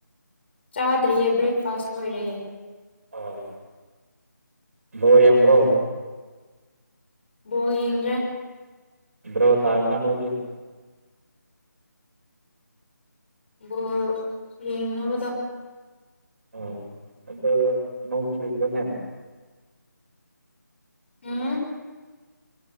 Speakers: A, on the left; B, on the right.
A: ꯆꯥꯗ꯭ꯔꯤꯌꯦ ꯕ꯭ꯔꯦꯛꯐꯥꯁ ꯂꯣꯏꯔꯦ
B: ꯑꯣ ꯕꯣ ꯌꯦꯡꯕ꯭ꯔꯣ
A: ꯕꯣꯜ ꯌꯦꯡꯗ꯭ꯔꯦ
B: ꯗ꯭ꯔꯣ ꯇꯥꯏꯅ ꯅꯣꯏꯗꯤ
A: ꯕꯣꯜ ꯌꯦꯡꯅꯕꯗꯣ
B: ꯑ ꯑꯗꯥ ꯅꯣꯡ ꯆꯨꯕ꯭ꯔꯅꯦ
A: ꯎꯝ